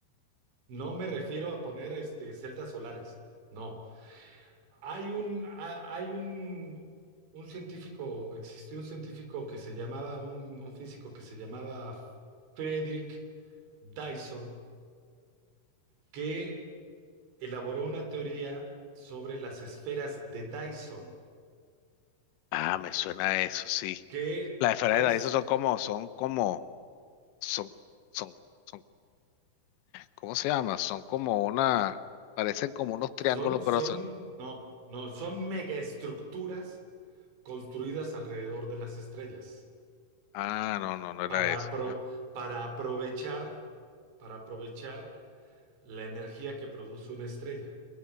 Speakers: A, on the right (about 85°); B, on the left (about 85°).
A: No me refiero a poner este, celdas solares, no. Hay un, ha- hay un, un científico, existió un científico que se llamaba, un, un físico que se llamaba Frederick Dyson, que elaboró una teoría sobre las esferas de Dyson,
B: Ah, me suena a eso, sí.
A: que
B: Las esferas
A: hay,
B: de Dyson son como, son como, son, son, son, ¿cómo se llama? Son como una, parecen como unos triángulos,
A: son, son,
B: pero son.
A: no, no, son megaestructuras construidas alrededor de las estrellas
B: Ah, no, no, no era
A: para,
B: eso.
A: apro-
B: ¿no?
A: para aprovechar, para aprovechar la energía que produce una estrella.